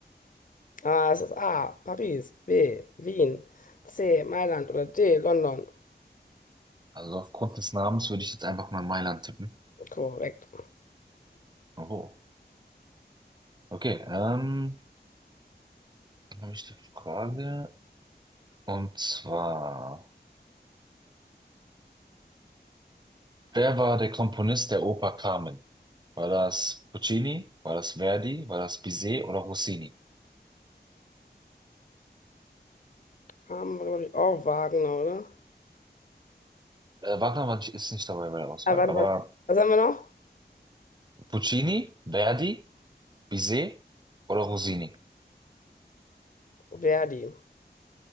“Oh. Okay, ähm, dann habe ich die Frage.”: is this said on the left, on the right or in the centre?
Right